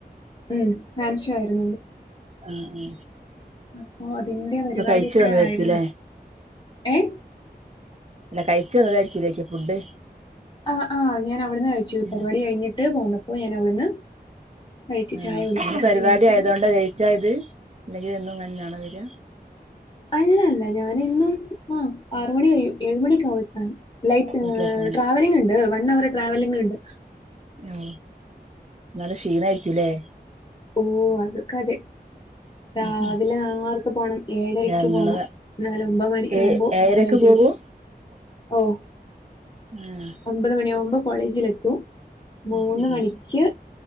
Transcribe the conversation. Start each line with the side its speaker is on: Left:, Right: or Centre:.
Left: ഉം ഫാൻഷോ ആയിരുന്ന്
Right: ആ ആഹ്
Left: അപ്പൊ അതിന്റെ പരിപാടി
Right: ഇപ്പൊ കഴിച്ചു
Left: ഓക്കെ
Right: വന്നതായിരിക്കുംല്ലേ
Left: ആയിരുന്ന് ഏഹ്
Right: ഇല്ല കഴിച്ച വന്നതായിരിക്കുംലേ ഫുഡ്
Left: ആ ആഹ് ഞാൻ അവിടുന്ന് കയിച്ചു
Right: ഉം
Left: പരിപാടി കഴിഞ്ഞിട്ട് പോന്നപ്പോ ഞാൻ അവിടുന്ന് കഴിച്ച്
Right: ആ
Left: ചായ കുടിച്ചിട്ടാണ്
Right: ഇന്ന് പരിപാടി
Left: ഇങ്ങോട്ട്
Right: ആയതോണ്ട
Left: വന്നത്.
Right: ലേറ്റ് ആയത് അല്ലെങ്കിൽ എന്നും ഇങ്ങനെയന്നാണോ വര
Left: അല്ല അല്ല ഞാനിന്നും ആ ആറ് മണി കയ്യും ഏഴുമണിയൊക്കെ ആവും എത്താൻ ലൈക്ക്
Right: വീട്ടിലെത്താന്
Left: ട്രാവലിംഗ് ഇണ്ട് വൺ അവർ ട്രാവലിംഗിണ്ട്
Right: ആ നല്ല ക്ഷീണായിരിക്കൂല്ലേ
Left: ഓ അതൊക്കെ അതെ രാവിലെ
Right: ഉം ഉം
Left: നാർത്ത പോണം ഏഴരക്ക്
Right: ഇറങ്ങണത്
Left: പോണം എന്നാലെ ഒമ്പത് മണിയാ
Right: ഏ
Left: കുമ്പോ
Right: ഏഴരക്ക്
Left: കോളേജിൽ എത്തു
Right: <inaudible>
Left: ഓഹ്
Right: ആഹ്
Left: ഒമ്പത് മണിയാകുബോ കോളേജിൽ എത്തും
Right: അത്
Left: മൂന്ന്
Right: ശരി
Left: മണിക്ക്